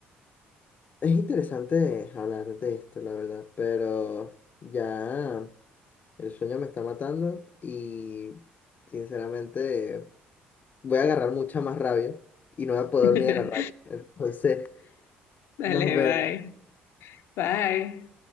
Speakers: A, on the left; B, on the left.
A: es interesante hablar de esto, la verdad, pero ya el sueño me está matando y sinceramente voy a agarrar mucha más rabia y no voy a poder
B: <laughs>
A: dormir
B: Dale,
A: de la rabia. Entonces,
B: bye.
A: nos vemos.
B: Bye.